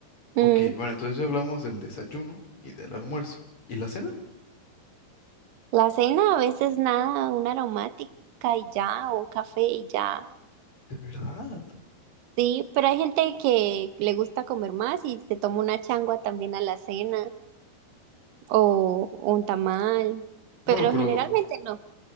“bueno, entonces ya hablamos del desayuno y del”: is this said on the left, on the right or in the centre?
Left